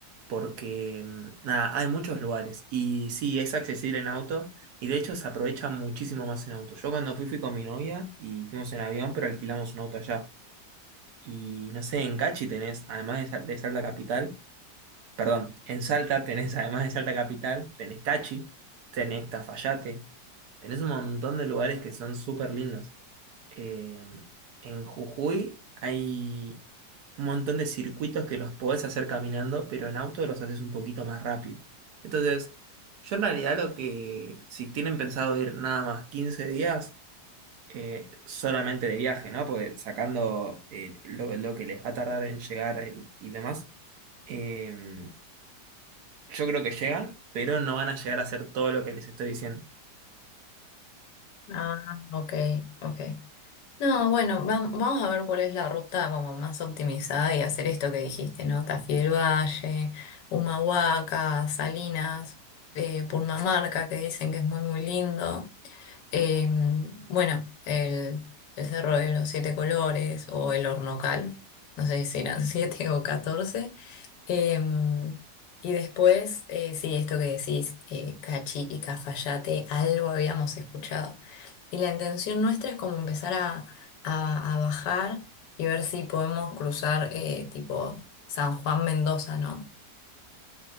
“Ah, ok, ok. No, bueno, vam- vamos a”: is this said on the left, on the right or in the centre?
Left